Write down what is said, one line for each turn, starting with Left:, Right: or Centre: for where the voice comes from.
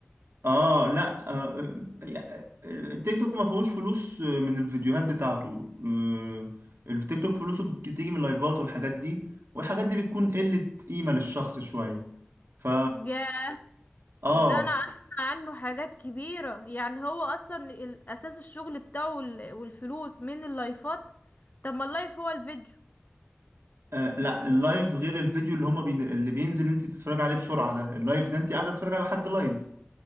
Right: اه لا آه يا- التيك توك ما فيهوش فلوس من الفيديوهات بتاعته آه التيك توك فلوسه بتيجي من اللايفات والحاجات دي والحاجات دي بتكون قلة قيمة للشخص شوية ف
Left: يا
Right: اه
Left: ده انا اسمع عنه حاجات كبيرة يعني هو اصلا ال- اساس الشغل بتاعه وال- والفلوس من اللايفات طب ما اللايف هو الفيديو
Right: آه، لا اللايف غير الفيديو اللي هما بين... اللي بينزل انت تتفرج عليه بسرعة ده اللايف ده انت قاعدة تتفرج على حد لايف